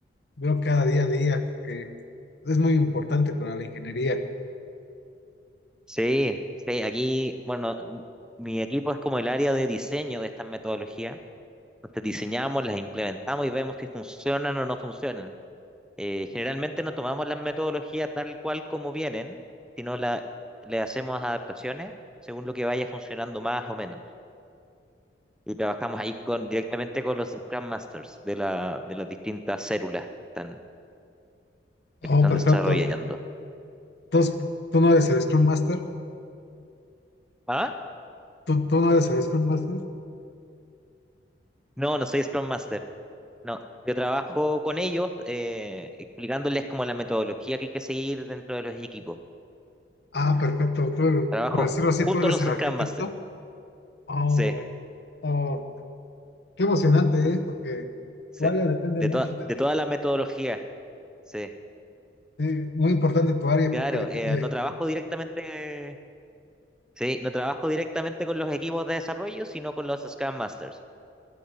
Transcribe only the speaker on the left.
veo cada día a día, que es muy importante para la ingeniería.
Oh,
perfecto.
Entonces, ¿tú no eres el Scrum Master?
¿Tú, tú no eres el Scrum Master?
Ah, perfecto. Tú,
por decirlo así,
tú eres
el
arquitecto.
Oh,
güey. Oh. Qué emocionante es, porque
tu área depende
mucho
de,
sí, muy importante tu área,
porque depende,